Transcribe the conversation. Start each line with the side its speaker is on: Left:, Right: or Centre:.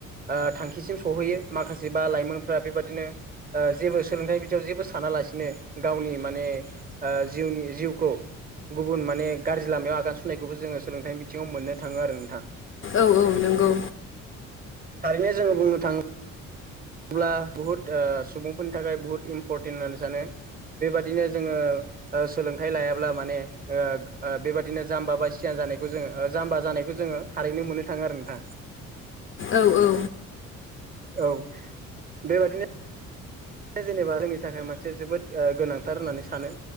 Right: ओ थांखिसिम सहैयो माखासे बा लाइमोनफोरा बेबादिनो ओ जेबो सोलोंथाइ बिथिङाव जेबो सानालासिनो गावनि माने ओ जिउनि जिउखौ गुबुन माने गाज्रि लामायाव आगान सुरनायखौबो जोङो सोलोंथाइनि बिथिङाव मोननो थाङो आरो नोंथां।
Left: औ औ नोंगौ।
Right: थारैनो जोङो बुंनो थाङो अब्ला बुहुत सुबुंफोरनि थाखाय बुहुत इम्परटेन्ट होननानै सानो बेबादिनो जोङो ओ सोलोंथाइ लायाब्ला माने ओ ओ बेबादिनो जाम्बा बा सियान जानायखौ जोङो जाम्बा जानायखौ जोङो थारैनो मोननो थाङो आरो नोंथां।
Left: औ औ।
Right: औ। बेबायदिनो जेनेबा जोंनि थाखाय मोनसे जोबोद ओ गोनांथार होननानै सानो